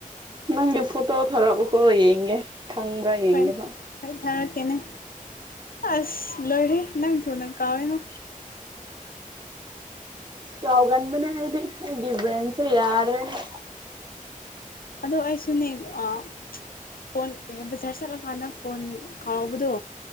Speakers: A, on the right; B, on the left.
A: ꯅꯪꯒꯤ ꯐꯣꯇꯣ ꯊꯔꯛꯎꯀꯣ ꯌꯦꯡꯒꯦ ꯈꯪꯕ꯭ꯔꯥ ꯌꯦꯡꯒꯦꯕ
B: ꯍꯣꯏ ꯍꯣꯏ ꯊꯥꯔꯛꯀꯦꯅꯦ ꯑꯁ ꯂꯣꯏꯔꯦ ꯅꯪ ꯊꯨꯅ ꯀꯥꯎꯔꯦꯉꯣ
A: ꯀꯥꯎꯒꯟꯕꯅꯦ ꯑꯩꯗꯤ ꯑꯩꯒꯤ ꯕ꯭ꯔꯦꯟꯁꯦ ꯌꯥꯗ꯭ꯔꯦꯅꯦ
B: ꯑꯗꯣ ꯑꯩꯁꯨꯅꯦ ꯑ ꯐꯣꯟ ꯕꯖꯔ ꯆꯠꯂ ꯀꯥꯟꯅ ꯐꯣꯟ ꯀꯥꯎꯕꯗꯣ